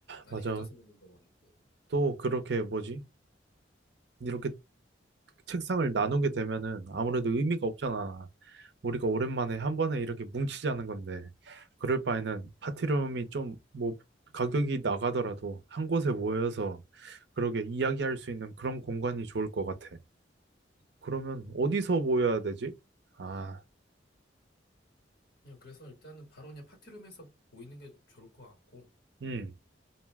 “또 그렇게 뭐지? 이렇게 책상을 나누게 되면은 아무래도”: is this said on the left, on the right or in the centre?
Right